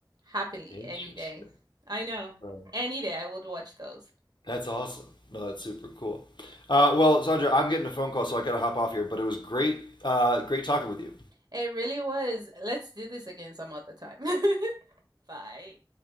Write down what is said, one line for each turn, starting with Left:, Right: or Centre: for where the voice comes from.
Right: happily
Left: interesting.
Right: any day. I know.
Left: Right.
Right: Any day I would watch those.
Left: That's awesome. No, that's super cool. Uh, well, Sandra, I'm getting a phone call, so I got to hop off here. But it was great, uh, great talking with you.
Right: It really was. Let's do this again some other time. <laughs> Bye.